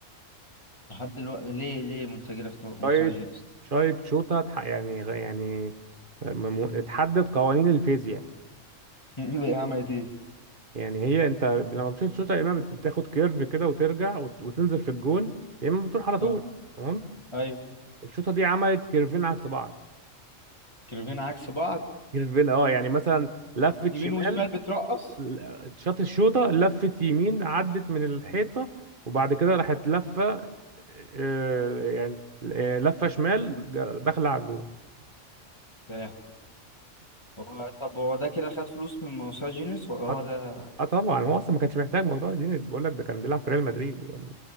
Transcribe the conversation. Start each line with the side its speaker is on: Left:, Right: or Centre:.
Left: لحد دلوقتي ليه ليه منسجله في مسار
Right: شايت
Left: جيمس
Right: شايت شوتا اتح- يعني غ- يعني مم- اتحدد قوانين الفيزياء
Left: <laughs> ليه عملت ايه
Right: يعني هي انت لما بتشوط شوطة يا اما بت- بتاخد كيرف كده وترجع وت- وتنزل في الجون يا اما بتروح على طول
Left: اه
Right: تمام
Left: ايوه
Right: الشوطة دي عملت كيرفين عكس بعض
Left: كيرفين عكس بعض
Right: كيرفين اه يعني مثلا لفت
Left: يمين
Right: شمال
Left: وشمال بترقص
Right: ل- شاط الشوطة لفت يمين عدت من الحيطة وبعد كده راحت لفة اه، يعني اه، لفة شمال ج- داخلة على الجون
Left: يا لهوي هو طب هو ده كده خد فلوس من موسوعة جينيس ولا هو
Right: اه
Left: ده
Right: آه طبعا هو اصلا ما كانش محتاج موضوع جينيز بقول لك ده كان بيلعب في ريال مدريد يعني